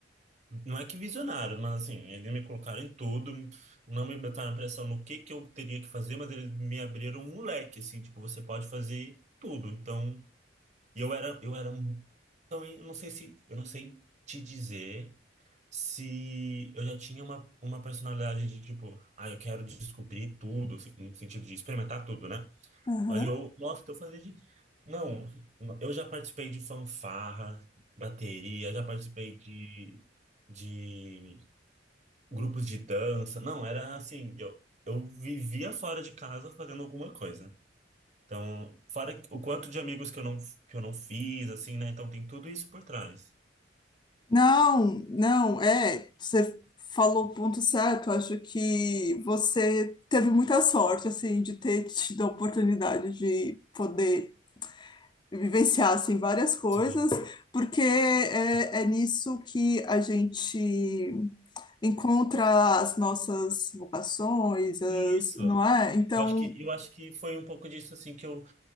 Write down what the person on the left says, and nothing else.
Aham.
Não, não, é, você falou o ponto certo. Acho que você teve muita sorte, assim, de ter tido a oportunidade de poder vivenciar, assim, várias coisas,
porque é, é nisso que a gente encontra as nossas vocações, as,
não é? Então,